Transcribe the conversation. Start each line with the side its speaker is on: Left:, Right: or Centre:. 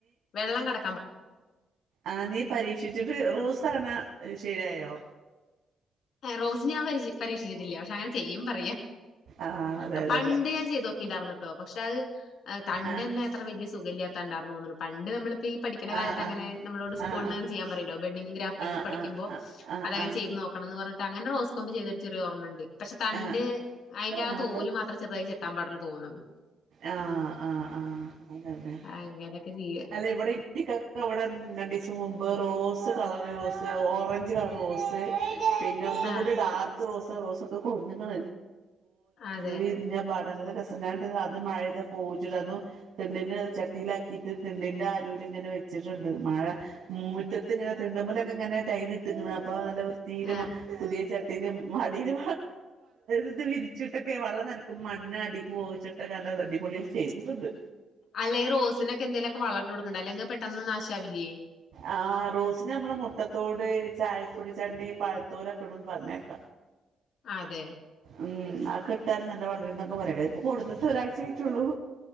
Left: വെള്ളം കട
Right: ആ നീ പരീക്ഷിച്ചിട്ട് റോസണോ ശരിയായോ?
Left: ഏ റോസിനെ ഞാൻ പരീ പരീക്ഷിച്ചിട്ടില്ല പക്ഷെ അങ്ങനെ ചെയ്യും പറയാ
Right: ആഹ് അതെ
Left: അ
Right: അതെ
Left: പണ്ട്
Right: അതെ
Left: ഞാൻ ചെയ്ത് നോക്കിണ്ടായിരുന്നൂട്ടോ പക്ഷെ അത് അ തണ്ടെന്നേ
Right: ആഹ്
Left: അത്ര വല്ല്യ സുഖല്യ ണ്ടണ്ടാർന്ന് തോന്ന്ണ് പണ്ട് നമ്മള്. യിപ്പി ഈ പഠിക്കുന്ന
Right: ആഹ്
Left: കാലത്ത് അങ്ങെനെ നമ്മളോട് സ്കൂൾന്നങ്ങനെ
Right: ആഹ്
Left: ചെയ്യൻ പറയാലോ ബെഡിംഗ് ഗ്രാഫറ്റിങ്
Right: ആഹ്
Left: ഒക്കെ
Right: ആഹ്
Left: പഠിക്കുമ്പോ
Right: ആഹ്
Left: അതങ്ങെ
Right: ആഹ്
Left: ചെയ്ത് നോക്കണം എന്ന് പറഞ്ഞിട്ട് അങ്ങനെ റോസ് ക്കൊന്ന് ചെയ്തൊരു ചെറിയ ഓർമുണ്ട് പക്ഷെ തണ്ട്
Right: ആഹ് ആഹ് ആഹ്
Left: അയിന്റെ
Right: ആഹ്
Left: ആ തോല് മാത്രം ചെർതായി ചെത്താൻ മാത്രേ തോന്ന്ണ്ട്.
Right: ആ ആ. ആ അതെ അതെ
Left: അങ്ങനെയൊക്കെ ചെയ്യ.
Right: അല്ല ഇവിടെ ഇി <unintelligible> ക്ക ഇവിടെ രണ്ട് ദിവസം മുമ്പ് റോസ് കളറ് സ്സ് ഓറഞ്ച് കളർ റോസ് പിന്നെ ഒന്നും
Left: ആഹ്
Right: കൂടി ഡാർക്ക് റോസ് റോസ് കുഞ്ഞുങ്ങൾ
Left: അതെ
Right: വി രിഞ്ഞ പാട് നല്ല രസം ഞാൻ ഇന്റെ ന്നാ അത് മഴേയ്ത് പൂ <unintelligible> അതും തിണ്ടിന്റെ ചട്ടിയിലാക്കിയിട്ട് തിണ്ടിന്റെ അരുവിൽ ഇങ്ങനെ വെച്ചിട്ടുണ്ട് മഴ മൂറ്റത്ത് ഇങ്ങനെ തിണ്ടമ്മലൊക്കെ ഇങ്ങനെ ടൈല് ഇട്ട്ക്ക്ണ് അപ്പോ അ നല്ല വൃതീല്
Left: ആഹ്
Right: പുതിയ ചട്ടി മടില് ഇത് വിരിച്ചിട്ടൊക്കെ വള്ളം നനക്കും മണ്ണ് അടിക്ക് പോിച്ചിട്ട <unintelligible> അടിപൊളിയിൽ ചെയ്തിട്ടുണ്ട്.
Left: അല്ല ഈ റോസിനൊക്കെ എന്തേലൊക്കെ വളം ഇട്ട് കൊടുക്കണ്ടേ അല്ലെങ്കി പെട്ടെന്ന് നാശാവില്ലേ?
Right: ആ റോസിന്ന് നമ്മള് മുട്ടത്തോട് ചായപ്പൊടി ചണ്ടി പയ തോലെക്ക്ടും പറഞ്ഞേക്ക
Left: അതെ
Right: മം അഒ ക്കെ ഇട്ടാൽ നല്ല വളര് <unintelligible> ഇപ്പോ കൊട്ന്നിട്ട് ഒരാഴ്ച്ച ആയിട്ടുള്ളൂ.